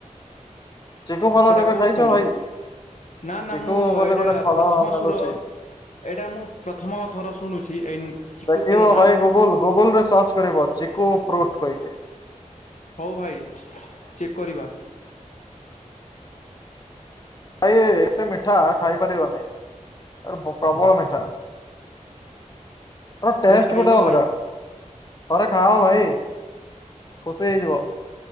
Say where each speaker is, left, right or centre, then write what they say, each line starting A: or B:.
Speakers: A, on the left (about 30°); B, on the left (about 70°).
A: ଚେକୁ ଫଲ
B: ସେଟା
A: କେବେ
B: କୋଉ
A: ଖାଇଛ
B: ଫଲ
A: ଭାଇ?
B: ନା ନା
A: ଚିକୁ
B: ମୁଁ
A: ବୋଲି
B: ଏଇଟା
A: ଗୋଟେ ଫଳ
B: ପ୍ରଥମ
A: ମିଳୁଛି
B: ସୁର ଏଇଟା ମୁଁ ପ୍ରଥମ ଥର ଶୁଣୁଛି ଏଇ ଚକୁ
A: ଦେଖିବ
B: ଫଲ ନାଁ
A: ଭାଇ
B: ଟା।
A: ଗୁଗୁଲ ଗୁଗୁଲ ରେ ସର୍ଚ୍ଚ କରିବ ଚିକୁ ଫ୍ରୁଟ ବୋଲି।
B: ହଉ ଭାଇ ଚେକ୍ କରିବା।
A: ଭାଇ ଏତେ ମିଠା ଖାଇପାରିବନି ପ୍ରବଳ ମିଠା। ଟେଷ୍ଟ
B: ଥରେ ଖାଇବା
A: ପୁରା ଗୋଟେ ଅଲଗା
B: ଭାଇ
A: ଥରେ ଖାଓ ଭାଇ। ଖୁସି ହେଇଯିବ